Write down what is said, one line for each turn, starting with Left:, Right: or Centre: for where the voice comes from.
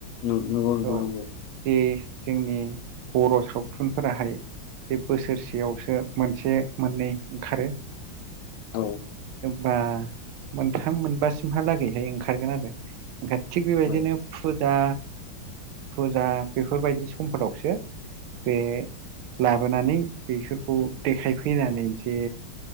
Left: नं- नंगौ नोंथां
Right: औ।
Left: नंगौ
Right: जे जोंनि बर' सावथुनफोराहाय बे बोसोरसेयावसो मोनसे मोननै ओंखारो।
Left: औ।
Right: बा मोनथाम मोनबासिमहालागैहाय ओंखारगोन आरो ओं थिग बेबायदिनो
Left: माने
Right: फुजा फुजा बेफोरबायदि समफोरावसो बे लाबोनानै बेफोरखौ देखायफैनानै जे